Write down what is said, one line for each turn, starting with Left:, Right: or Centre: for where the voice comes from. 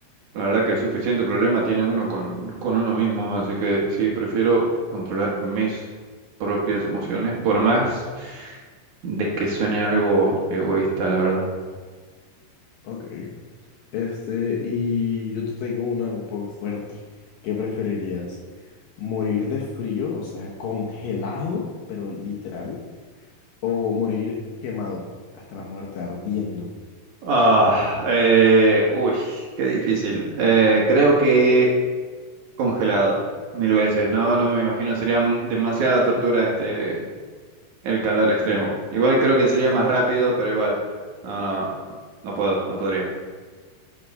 Right: la verdad que suficiente problema tiene uno con, con uno mismo, así que sí, prefiero controlar mis propias emociones, por más de que suene algo egoísta, la verdad.
Left: Ok. Este, y yo te tengo una un poco fuerte. ¿Qué preferirías? morir de frío, o sea, congelado, pero literal, o morir quemado hasta la muerte, ardiendo.
Right: Ah, eh, uy, qué difícil. Eh, creo que congelado, mil veces, ¿no? No me imagino, sería m- demasiada tortura este, El calor extremo. Igual creo que sería más rápido, pero igual. No, no, no, no puedo, no podría.